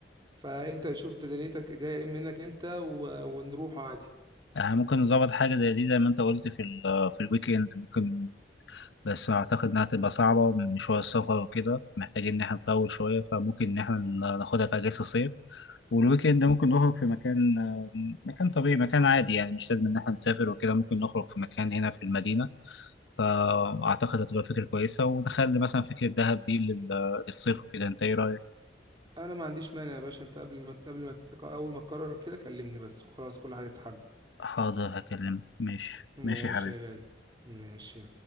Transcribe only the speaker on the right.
فانت شوف ده دنيتك جاية ايه منك امتى و... ونروح عادي
انا ما عنديش مانع يا باشا انت قبل ما قبل ما تك- اول ما تقرر كده كلمني بس وخلاص كل حاجة تتحل
ماشي
يا غالي ماشي